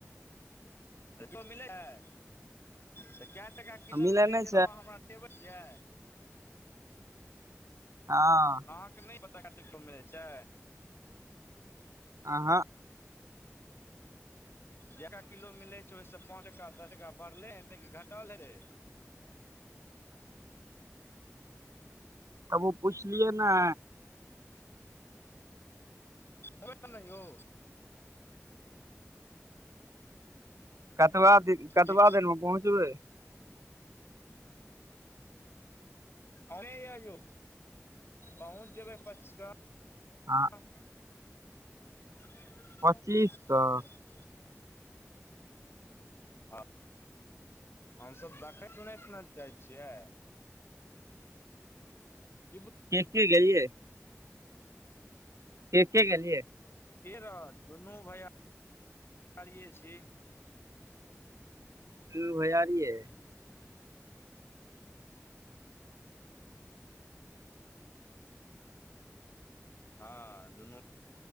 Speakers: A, on the left; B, on the right.
A: तो मिले ए तै कएट किलो
B: मिलै
A: मिले
B: नहि
A: छै अहाँ हमरा <unintelligible> छियै।
B: हाँ।
A: अहाँके नै पता <unintelligible> मिलै छै।
B: आहाँ
A: जेकरा किलो मिलै छै ओय से पाँंच टका दस टका बढ़ले हेते की घटल हेते।
B: आब उ पुछलियए नै?
A: होएत नै यौ।
B: कतबा दिन, कतबा
A: की
B: देर मे पहुँचबै।
A: एने यै यौ पहुँच जेबै पच स
B: हां।
A: <unintelligible>
B: पच्चीस सौ <inaudible>
A: हां हम सब देखैत सुनैत नै जाए छियै। <unintelligible>
B: के-के गेलिए? के-के गेलियै?
A: के रहत दुनू भैया रीये छी।
B: दूनू भैयारिये?
A: हाॅं दुनू